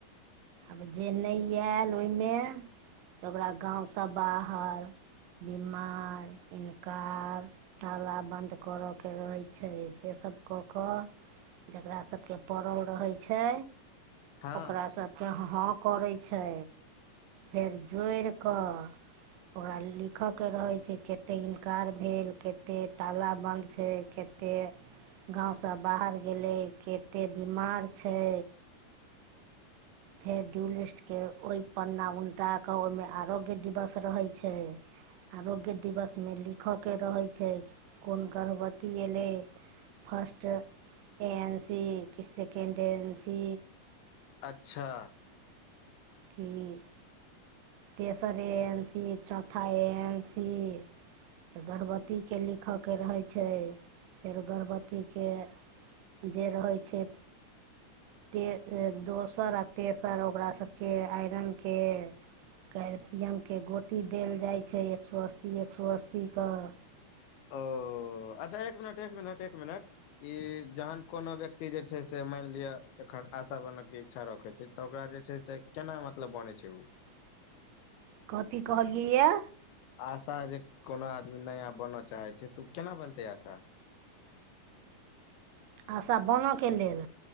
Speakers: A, on the right; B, on the left.
A: आब जे नहि आयल ओहिमे तऽ ओकरा गाँवसँ बाहर।। बीमार इनककार।। ाला बन्द करयके रहै छै सेसभ कऽ कऽ।। जकरा सभके पड़ल रहै छै
B: हँ
A: ओकरा सभ।। कह हाँ करैत छै फेर जोड़ि कऽ।। ओकरा लिखय के रहै छै कते इन्कार भेल कते ताला बन्द छै कत।। कते गाँव सब बाहर गेलै कते बीमार छै।। फेर ड्यूलिस्टके ओहि पन्ना उलटा कऽ ओहिमे आरोग्य दिवस रहैत छै।। आरोग्य दिवसमे लिखऽके रहैत छै कोन गर्भवती अयलै।। फर्स्ट ए एन सी कि सेकण्ड एन सी।।
B: अच्छा।।
A: ठीक।। तेसर ए एन सी चौथा एन सी।। तऽ गर्भवतीके लिखऽके रहै छै फेर गर्भवतीके।। जे रहैत छै।। ते दोसर आ तेसर ओकरा सब केँ आइरन केँ। कैलसियमकेँ गोटी देल जाइ छै एक सौ अस्सी एक सौ अस्सी कऽ
B: ओऽ अच्छऽ एक मिनट - एक मिनट - एक मिनट ई जहन कोनो व्यक्ति जे छै से मानि लिअ एखन आशा बनऽ केँ इच्छा रखे छै तऽ ओकरा जे छै से केना मतलब बनै छै उ
A: कथी कहलियै ये
B: आशा जे कोनो आदमी नया बनऽ चाहै छै तऽ उ केना बनतै आशा
A: आशा बनऽ केँ लेल।